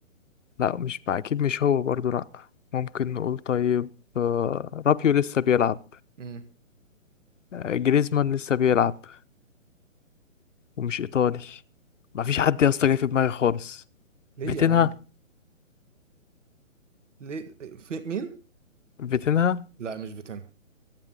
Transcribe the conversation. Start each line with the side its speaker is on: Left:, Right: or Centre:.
Left: لا مش مع أكيد مش هو برضو لأ ممكن نقول طيب آه، رابيو لسه بيلعب
Right: امم
Left: آه، جريزمان لسه بيلعب ومش إيطالي ما فيش حد يا اسطى جاي في دماغي خالص
Right: ليه
Left: فيتينها
Right: يا عم ليه في مين
Left: فيتينها
Right: لا مش فيتينا